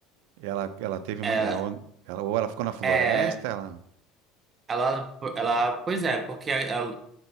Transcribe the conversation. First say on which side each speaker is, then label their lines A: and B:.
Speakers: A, on the right (about 70°); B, on the right (about 25°).
A: ela, ela teve
B: É,
A: uma, é, on- ela, ou ela ficou na floresta?
B: é,
A: Ela,
B: ela, ela, pois é, porque ela-